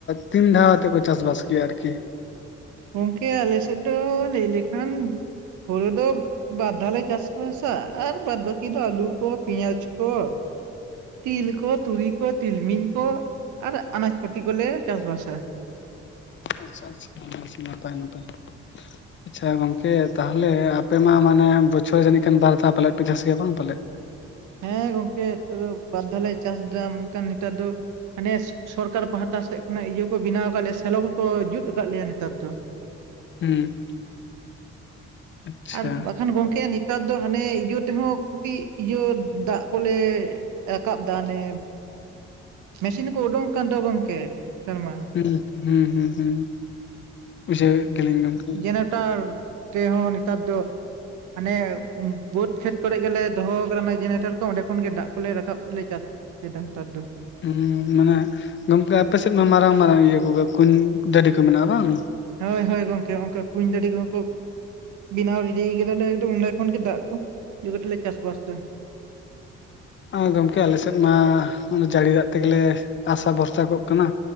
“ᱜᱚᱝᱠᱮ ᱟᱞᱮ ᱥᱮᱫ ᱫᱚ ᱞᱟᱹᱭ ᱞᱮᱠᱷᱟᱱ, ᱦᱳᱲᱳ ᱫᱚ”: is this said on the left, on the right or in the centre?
Right